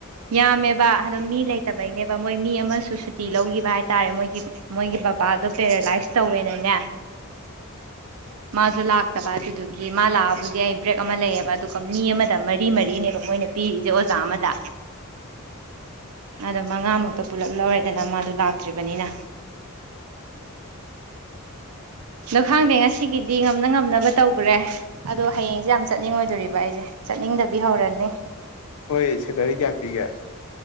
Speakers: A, on the right; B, on the left.
A: ꯌꯥꯝꯃꯦꯕ ꯑꯗꯨ ꯃꯤ ꯂꯩꯇꯕꯩꯅꯦꯕ ꯃꯣꯏ ꯃꯤ ꯑꯃꯁꯨ ꯁꯨꯇꯤ ꯂꯧꯒꯤꯕ ꯍꯥꯏꯇꯥꯔꯦ ꯃꯣꯏꯒꯤ ꯃꯣꯏꯒꯤ ꯕꯕꯥꯗꯣ ꯄꯦꯔꯥꯂꯥꯏꯁ ꯇꯧꯋꯦꯅꯅꯦ
B: ꯎꯝ
A: ꯃꯥꯖꯨ ꯂꯥꯛꯇꯕ ꯑꯗꯨꯗꯨꯒꯤ ꯃꯥ ꯂꯥꯛꯑꯕꯨꯗꯤ ꯑꯩ ꯕ꯭ꯔꯦꯛ ꯑꯃ ꯂꯩꯌꯦꯕ ꯑꯗꯨꯒ ꯃꯤ ꯑꯃꯗ ꯃꯔꯤ ꯃꯔꯤꯅꯦꯕ ꯃꯣꯏꯅ ꯄꯤꯔꯤꯖꯦ ꯑꯣꯖꯥ ꯑꯃꯗ ꯑꯗꯣ ꯃꯉꯥ ꯃꯨꯛꯇꯣ ꯄꯨꯂꯞ ꯂꯧꯔꯦꯗꯅ ꯃꯥꯗꯣ ꯂꯥꯛꯇ꯭ꯔꯤꯕꯅꯤꯅ <inaudible> ꯗꯣ ꯈꯥꯡꯗꯦ ꯉꯁꯤꯒꯤꯗꯤ ꯉꯝꯅ ꯉꯝꯅꯕ ꯇꯧꯒ꯭ꯔꯦ ꯑꯗꯣ ꯍꯥꯌꯦꯡ ꯗꯤ ꯌꯥꯝ ꯆꯠꯅꯤꯡꯉꯣꯏꯗꯣꯔꯤꯕ ꯑꯩꯖꯦ ꯆꯠꯅꯤꯡꯗꯕꯤ ꯍꯧꯔꯅꯤ
B: ꯍꯣꯏ ꯁꯦꯂꯔꯤ ꯀꯌꯥꯝ ꯄꯤꯒꯦ